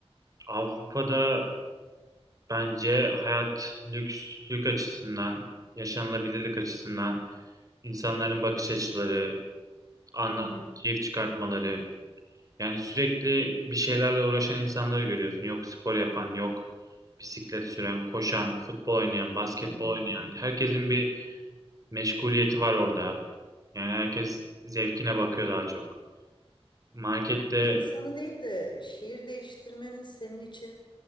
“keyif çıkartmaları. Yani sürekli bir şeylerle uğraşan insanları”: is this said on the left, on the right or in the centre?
Right